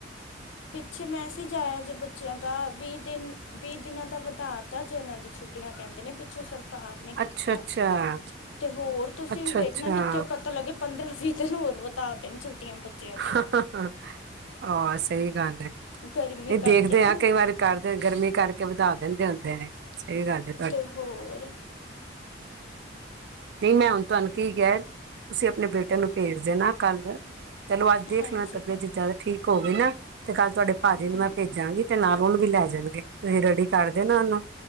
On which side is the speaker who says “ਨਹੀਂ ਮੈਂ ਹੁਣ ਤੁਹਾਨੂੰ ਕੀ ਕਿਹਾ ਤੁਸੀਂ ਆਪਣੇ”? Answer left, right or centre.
Right